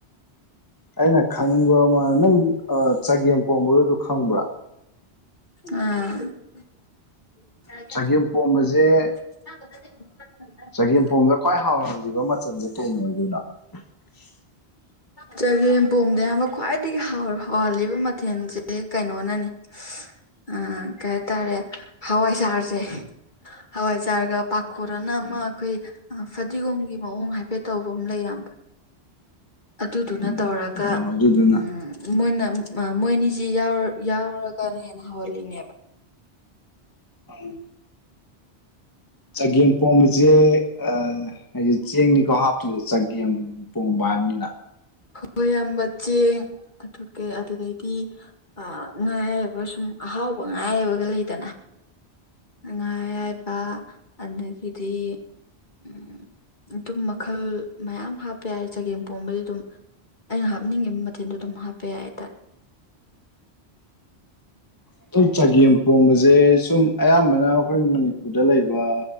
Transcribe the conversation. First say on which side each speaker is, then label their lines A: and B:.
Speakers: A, on the left (about 20°); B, on the left (about 45°).
A: ꯑꯩꯅ ꯈꯪꯅꯤꯡꯕ ꯑꯃ ꯅꯪ ꯑꯥ ꯆꯒꯦꯝ ꯄꯣꯝꯕꯒꯗꯨ ꯈꯪꯕ꯭ꯔꯥ
B: <unintelligible> <unintelligible>
A: ꯆꯒꯦꯝ ꯄꯣꯝꯕꯁꯦ ꯆꯒꯦꯝ ꯄꯣꯝꯕꯗ ꯈ꯭ꯋꯥꯏ ꯍꯥꯎꯍꯜꯂꯤꯕ ꯃꯆꯜꯖꯦ ꯀꯩꯅ ꯑꯣꯏꯗꯣꯏꯅꯣ <unintelligible>
B: ꯆꯒꯦꯝꯄꯣꯝꯗ ꯑꯌꯥꯝꯕ ꯈ꯭ꯋꯥꯏꯗꯒꯤ ꯍꯥꯎ ꯍꯥꯎꯍꯜꯂꯤꯕ ꯃꯊꯦꯜꯖꯦ ꯀꯩꯅꯣꯅꯅꯤ
A: <inaudible>
B: ꯑ ꯀꯩ ꯍꯥꯏꯇꯥꯔꯦ ꯍꯋꯥꯏꯁꯥꯔꯖꯦ ꯍꯋꯥꯏꯖꯥꯔꯒ ꯄꯥꯈꯣꯔꯟꯅ ꯑꯃ ꯑꯩꯈꯣꯏ ꯑꯥ ꯐꯗꯤꯒꯣꯝꯒꯤ ꯃꯑꯣꯡ ꯍꯥꯏꯐꯦꯠ ꯇꯧꯕꯃ ꯂꯩ ꯏꯌꯥꯝꯕ ꯑꯗꯨꯗꯨꯅ
A: ꯑꯣ
B: ꯇꯧꯔꯒ
A: ꯑꯗꯨꯗꯨꯅ
B: ꯎꯝ ꯃꯣꯏꯅ ꯃ ꯑ ꯃꯣꯏꯅꯤꯖꯤ ꯌꯥꯎ ꯌꯥꯎꯔꯒꯅ ꯍꯦꯟꯅ ꯍꯧꯍꯜꯂꯤꯅꯦꯕ
A: ꯑꯪ ꯆꯒꯦꯝ ꯄꯣꯝꯕꯖꯦ ꯑꯥ ꯍꯥꯏꯗꯤ ꯆꯦꯡꯅꯤꯀꯣ ꯍꯥꯞꯇꯣꯏꯖꯦ ꯆꯒꯦꯝ ꯄꯣꯝꯕ ꯍꯥꯏꯕꯅꯤꯅ
B: ꯍꯣꯏ ꯏꯌꯥꯝꯕ ꯆꯦꯡ ꯑꯗꯨ ꯀꯩ ꯑꯗꯨꯗꯩꯗꯤ ꯑ ꯉꯥ ꯑꯌꯥꯏꯕ ꯁꯨꯝ ꯑꯍꯥꯎꯕ ꯉꯥ ꯑꯌꯥꯏꯕꯒ ꯂꯩ ꯗꯅ ꯉꯥ ꯑꯌꯥꯏꯕ ꯑꯗꯒꯤꯗꯤ ꯎꯝ ꯑꯗꯨꯝ ꯃꯈꯜ ꯃꯌꯥꯝ ꯍꯥꯞꯄ ꯌꯥꯏ ꯆꯒꯦꯝ ꯄꯣꯝꯕꯗꯤ ꯑꯗꯨꯝ ꯑꯩꯅ ꯍꯥꯞꯅꯤꯡꯉꯤꯕ ꯃꯊꯦꯜꯗꯣ ꯑꯗꯨꯝ ꯍꯥꯞꯄ ꯌꯥꯏ ꯍꯥꯏꯇꯥꯔꯦ꯫
A: ꯑꯗꯨꯝ ꯆꯒꯦꯝ ꯄꯣꯝꯕꯁꯦ ꯁꯨꯝ ꯑꯌꯥꯝꯕꯅ ꯑꯩꯈꯣꯏ ꯃꯅꯤꯄꯨꯔꯗ ꯂꯩꯕ